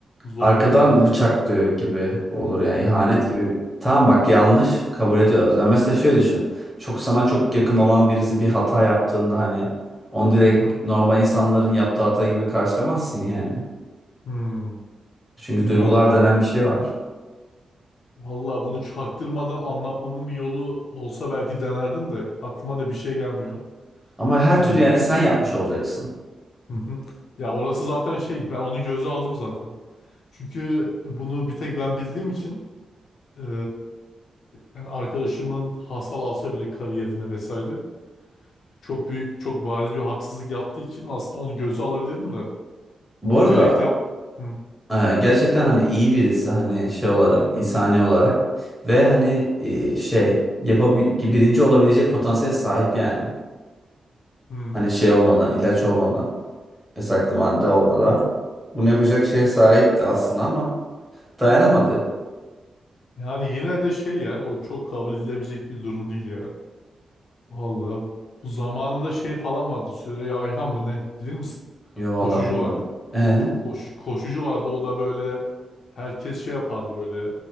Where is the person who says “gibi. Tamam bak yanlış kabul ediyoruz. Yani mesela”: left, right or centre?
Centre